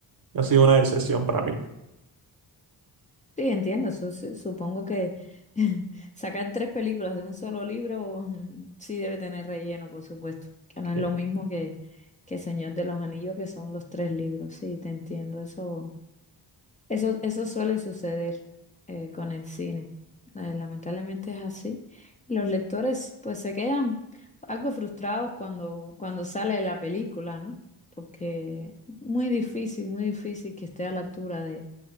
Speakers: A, on the right; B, on the left.
A: ha sido una decepción para mí.
B: Sí, entiendo. su- su- supongo que <laughs> sacar tres películas de un solo libro mm, sí debe tener relleno, por supuesto. Que no es
A: Y,
B: lo mismo que, que Señor de los Anillos, que son los tres libros. Sí, te entiendo. Eso. Eso, eso suele suceder eh, con el cine. Eh, lamentablemente es así. Los lectores pues se quedan algo frustrados cuando, cuando sale la película, ¿no? Porque muy difícil, muy difícil que esté a la altura de,